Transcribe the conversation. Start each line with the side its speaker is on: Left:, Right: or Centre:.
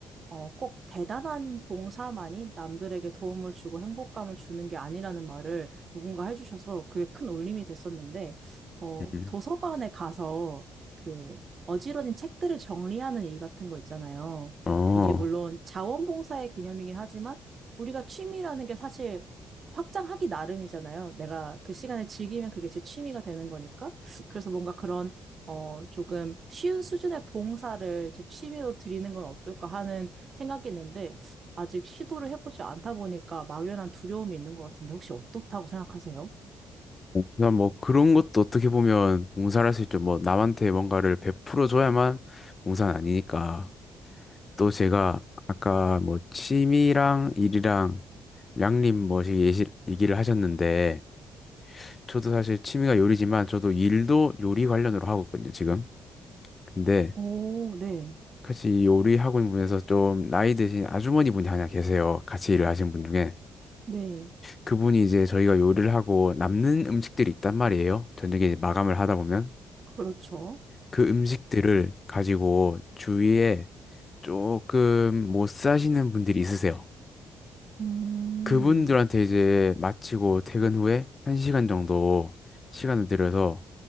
Right: 어, 꼭 대단한 봉사만이 남들에게 도움을 주고 행복감을 주는 게 아니라는 말을 누군가 해주셔서 그게 큰 울림이 됐었는데, 어,
Left: 음.
Right: 도서관에 가서 그 어지러진 책들을 정리하는 일 같은 거 있잖아요.
Left: 어.
Right: 이게 물론 자원봉사의 개념이긴 하지만 우리가 취미라는 게 사실 확장하기 나름이잖아요. 내가 그 시간을 즐기면 그게 제 취미가 되는 거니까. 그래서 뭔가 그런 어, 조금 쉬운 수준의 봉사를 제 취미로 드리는 건 어떨까 하는 생각했는데 아직 시도를 해보지 않다 보니까 막연한 두려움이 있는 것 같은데 혹시 어떻다고 생각하세요?
Left: 그냥 뭐 그런 것도 어떻게 보면 봉사할 수 있죠. 뭐 남한테 뭔가를 베풀어 줘야만 봉사는 아니니까. 또 제가 아까 뭐 취미랑 일이랑 양립 뭐이 얘기를 하셨는데 저도 사실 취미가 요리지만 저도 일도 요리 관련으로 하고 있거든요, 지금. 근데
Right: 오, 네,
Left: 같이 이 요리 학원 분에서 좀 나이 드신 아주머니 분이 하나 계세요. 같이 일을 하시는 분 중에.
Right: 네,
Left: 그분이 이제 저희가 요리를 하고 남는 음식들이 있단 말이에요. 저녁에 이제 마감을 하다 보면
Right: 그렇죠.
Left: 그 음식들을 가지고 주위에 조금 못 사시는 분들이 있으세요.
Right: 음,
Left: 그분들한테 이제 마치고 퇴근 후에 한시간 정도 시간을 들여서